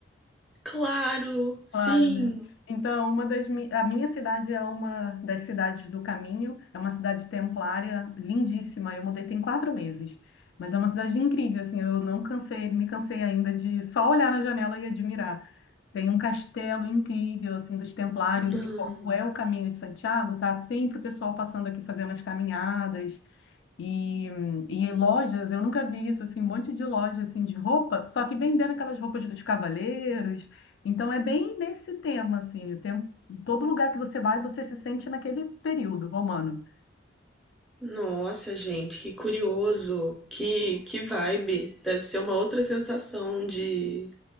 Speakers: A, in the centre; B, on the left.
A: Claro, sim.
B: Claro, né? Então, uma das mi- a minha cidade é uma das cidades do caminho, é uma cidade templária lindíssima. Eu mudei tem quatro meses, mas é uma cidade incrível, assim, eu não cansei, me cansei ainda de só olhar na janela e admirar. Tem um castelo incrível, assim, dos templários
A: Não.
B: e como é o caminho de Santiago, tá sempre o pessoal passando aqui fazendo as caminhadas. E, e em lojas, eu nunca vi isso, assim, um monte de loja assim de roupa, só que vendendo aquelas roupas dos cavaleiros. Então é bem nesse tema, assim, o tempo, todo lugar que você vai, você se sente naquele período romano.
A: Nossa, gente, que curioso. Que, que vibe. Deve ser uma outra sensação de